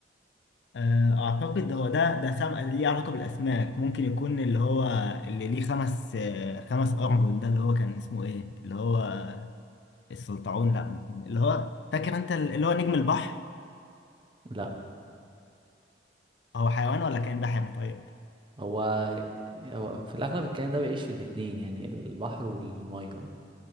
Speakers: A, on the left; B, on the right.
A: آه اعتقد هو ده ده سم... ليه علاقة بالاسماك ممكن يكون اللي هو اللي ليه خمس آه خمس ارجل ده اللي هو كان اسمه ايه اللي هو السلطعون لا اللي هو فاكر انت اللي هو نجم البحر
B: لا
A: هو حيوان ولا كائن بحري طيب
B: هو هو في الأغلب الكائن ده بيعيش في الاتنين يعني البحر والمية